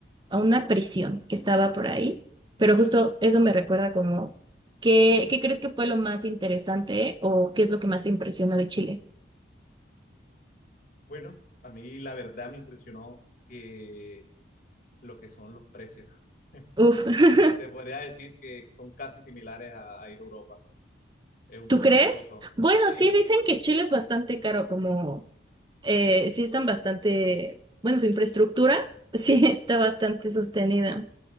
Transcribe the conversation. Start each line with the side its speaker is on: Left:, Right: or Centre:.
Right: a una prisión que estaba por ahí, pero justo eso me recuerda como, ¿qué, qué crees que fue lo más interesante o qué es lo que más te impresionó de Chile?
Left: Bueno, a mí la verdad me impresionó que lo que son los precios. <laughs>
Right: Uf, <laughs>
Left: Se podría, se podría decir que son casi similares a, a ir a Europa. Es un
Right: ¿tú
Left: poco
Right: crees?
Left: costoso.
Right: Bueno,
Left: Sí,
Right: sí, dicen que Chile es bastante caro, como eh, sí están bastante, bueno, su infraestructura <laughs> sí está bastante sostenida.